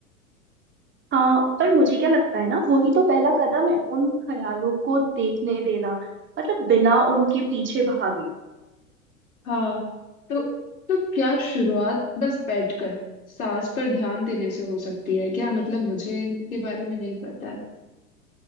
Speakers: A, on the right (about 25°); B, on the left (about 75°).
A: हाँ पर मुझे क्या लगता है ना वही तो पहला कदम है उन ख्यालों को देखने देना मतलब बिना उनके पीछे भागे
B: हाँ तो तो क्या शुरुआत बस बैठकर सांस पर ध्यान देने से हो सकती है क्या मतलब मुझे इनके बारे में नहीं पता है